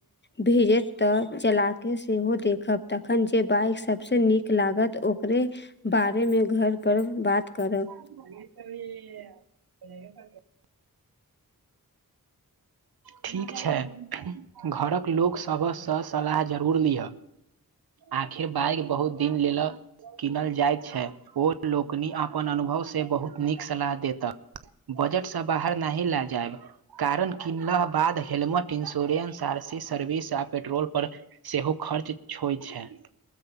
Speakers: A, on the left (about 30°); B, on the right (about 80°).
A: भेजत तऽ चला कऽ सेहो देखब तखन जे बाइक सभ सँ नीक लागत ओकरे बारेमे घर पर बात करब
B: <unintelligible> <unintelligible> ठीक छै घरक लोक सभसँ सलाह जरूर लिअऽ आखिर बाइग बहुत दिन लेलऽ कीनल जाइत छै ओ लोकनि अपन अनुभवसँ बहुत नीक सलाह देतअ बजटसँ बाहर नहि लए जायब कारण किन लह बाद helmet insurance R C service आ पेट्रोल पर सेहो खर्च छो छै